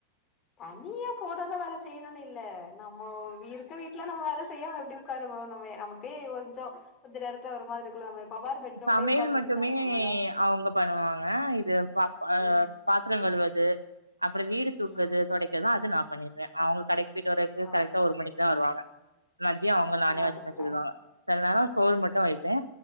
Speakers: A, on the left (about 30°); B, on the right (about 80°).
A: தனியா போனா தா வேல செய்யணுன்னு இல்ல நம்மோ இருக்க வீட்ல நம்ம வேல செய்யாம எப்பிடி உட்காரும் போத் நம்ம நமக்கு கொஞ்சோ கொஞ்ச நேரத்துல ஒரு மாதிரி இருக்குல்ல நம்ம எப்பவாரு பெட்ரூம்லயே
B: சமையல்
A: உட்காந்துட்டுதா
B: மட்டுமே
A: நம்மதா
B: அவுங்க பண்ணுவாங்க இது பாப்பா ஆ
A: ம்
B: பாத்தரோ கழுவது அப்புறோ வீடு கூட்டுறது
A: ம்
B: தொடைக்கறது அது நா பண்ணிருவே அவுங்க கடைக் கு போயிட்டு வரதுக்கு
A: ஓ
B: கரெக்டா ஒரு மணிக்கு தா வருவாங்க மத்தியோ அவங்க நானே
A: ஓ
B: வச்சர்ன்னு
A: அதுக்குல
B: சொல்லிடுவாங்க செல நேரோ சோறு மட்டு வைப்பே